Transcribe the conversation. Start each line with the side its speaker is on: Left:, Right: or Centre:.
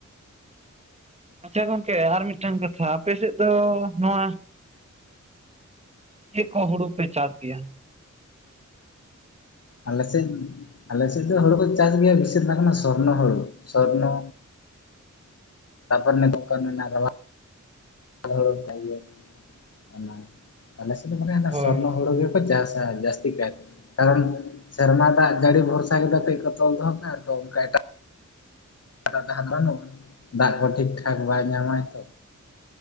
Right: ᱟᱪᱪᱷᱟ ᱜᱚᱝᱠᱮ ᱟᱨ ᱢᱤᱫᱴᱟᱝ ᱠᱟᱛᱷᱟ ᱟᱯᱮᱥᱮᱫ ᱫᱚ ᱱᱚᱣᱟ ᱪᱮᱫ ᱠᱚ ᱦᱩᱲᱩ ᱯᱮ ᱪᱟᱥ ᱜᱮᱭᱟ
Left: ᱟᱞᱮᱥᱮᱡ ᱟᱞᱮᱥᱮᱡ ᱫᱚ ᱦᱩᱲᱩ ᱠᱚ ᱪᱟᱥ ᱜᱮᱭᱟ ᱵᱮᱥᱤᱨ ᱵᱟᱷᱟᱠ ᱚᱱᱟ ᱥᱚᱨᱱᱚ ᱦᱩᱲᱩ ᱥᱚᱨᱱᱚ ᱛᱟᱯᱚᱨ ᱫᱚᱝᱠᱟᱱ <unintelligible> ᱚᱱᱟ ᱟᱞᱮ ᱥᱮᱫ ᱫᱚ ᱢᱟᱱᱮ ᱚᱱᱟ ᱥᱚᱨᱱᱚ
Right: ᱦᱳᱭ ᱦᱳᱭ
Left: ᱦᱩᱲᱩ ᱜᱮᱠᱚ ᱪᱟᱥᱟ ᱡᱟᱹᱥᱛᱤ ᱠᱟᱭᱛᱮ ᱠᱟᱨᱚᱱ ᱥᱮᱨᱢᱟ ᱫᱟᱜ ᱡᱟᱹᱲᱤ ᱵᱷᱚᱨᱥᱟ ᱠᱮᱫᱟ ᱠᱟᱹᱡ ᱠᱚ ᱛᱚᱞ ᱫᱚᱦᱚ ᱠᱟᱜ ᱟᱨ ᱚᱱᱠᱟ ᱮᱴᱟᱜ ᱫᱟᱜ ᱫᱚ ᱵᱟᱹᱱᱩᱜᱼᱟ ᱫᱟᱜ ᱠᱚ ᱴᱷᱤᱠ ᱴᱷᱟᱠ ᱵᱟᱭ ᱧᱟᱢᱟ ᱛᱚ